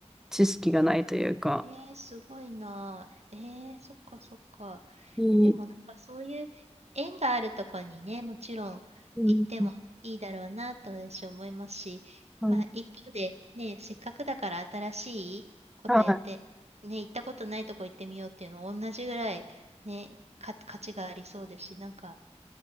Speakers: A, in the centre; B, on the right.
A: 知識がないというか。
B: えー、すごいな。えー、そっかそっか。
A: いい
B: えでもなんかそういう縁があるとこにね、もちろん行ってもいいだろうなと私思いますし、
A: うん、はい。
B: まあ一方でね、せっかくだから新しいことやって、
A: はい、
B: ね、行ったことないとこ行ってみようっていうのも同じぐらいね、か、価値がありそうですし、なんか